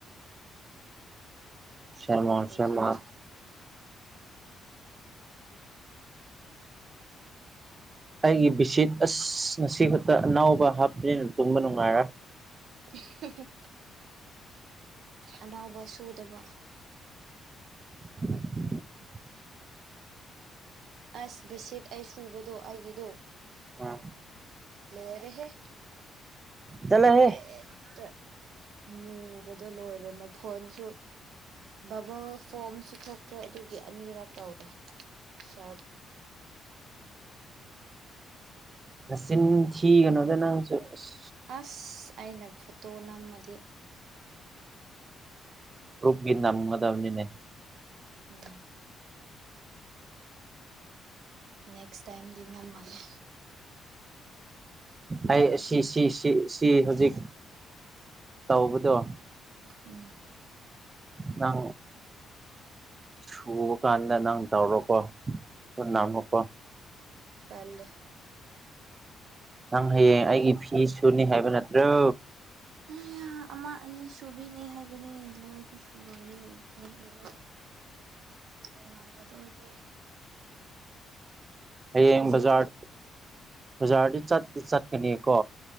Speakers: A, on the right (about 30°); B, on the right (about 75°).
A: ꯁꯔꯃꯥꯟ
B: ꯍꯧꯖꯤꯛ
A: ꯁꯔꯃꯥꯟ ꯑꯩꯒꯤ ꯕꯤꯠꯁꯤꯠ ꯑꯁ ꯉꯁꯤ ꯈꯛꯇ ꯑꯅꯥꯎꯕ ꯍꯥꯞꯄꯅꯤꯅ ꯇꯨꯝꯕ ꯅꯨꯡꯉꯥꯏꯔꯦ
B: <inaudible> ꯑꯅꯥꯎꯕ ꯁꯨꯗꯕ
A: <inaudible>
B: ꯑꯁ ꯕꯦꯁꯤꯠ ꯑꯩ ꯁꯨꯕꯗꯣ ꯑꯩꯒꯤꯗꯣ
A: ꯑꯥ
B: ꯂꯣꯏꯔꯦ ꯍꯦ
A: ꯆꯠꯂꯣꯍꯦ
B: ꯍꯦꯛꯇ ꯃꯨꯕꯗꯣ ꯂꯣꯏꯔꯦ ꯃꯐꯣꯟꯁꯨ ꯕꯕꯜ ꯐꯣꯝꯁꯨ ꯊꯣꯛꯇ꯭ꯔꯦ ꯑꯗꯨꯒꯤ ꯑꯅꯤꯔꯛ ꯇꯧꯔꯦ ꯁꯔꯞ
A: ꯅꯆꯤꯟ ꯊꯤꯒꯅꯣꯗ ꯅꯪꯁꯨ ꯑꯁ
B: ꯑꯁ ꯑꯩꯅ ꯐꯣꯇꯣ ꯅꯝꯃꯗꯤ
A: ꯒ꯭ꯔꯨꯞꯀꯤ ꯅꯝꯒꯗꯕꯅꯤꯅꯦ
B: ꯎꯝ ꯅꯦꯦꯛꯁ ꯇꯥꯏꯝ ꯗ ꯅꯃꯒꯦ
A: ꯑꯩ ꯁꯤ ꯁꯤ ꯁꯤ ꯁꯤ ꯍꯧꯖꯤꯛ ꯇꯧꯕꯗꯣ
B: ꯎꯝ
A: ꯑ ꯁꯨꯕ ꯀꯥꯟꯗ ꯅꯪ ꯇꯧꯔꯣꯀꯣ ꯑꯗꯨ ꯅꯥꯡꯉꯛꯄꯣ
B: ꯇꯂꯦ
A: ꯅꯪ ꯍꯌꯦꯡ ꯑꯩꯒꯤ ꯐꯤ ꯁꯨꯅꯤ ꯍꯥꯏꯕ ꯅꯠꯇ꯭ꯔꯣ
B: ꯑ ꯑꯃ ꯑꯅꯤ ꯁꯨꯕꯤꯅꯤ ꯍꯥꯏꯕꯅꯦ ꯂꯣꯏꯗꯤ ꯁꯨꯔꯣꯏꯍꯦ ꯀꯩꯒꯤꯅꯣ ꯑ ꯉꯝ ꯃꯔꯨ ꯑꯣꯏꯌꯦꯦ
A: ꯍꯌꯦꯡ
B: ꯍꯧꯖꯤꯛ
A: ꯕꯖꯥꯔ ꯕꯖꯥꯔꯗꯤ ꯆ ꯆꯠꯀꯅꯤꯀꯣ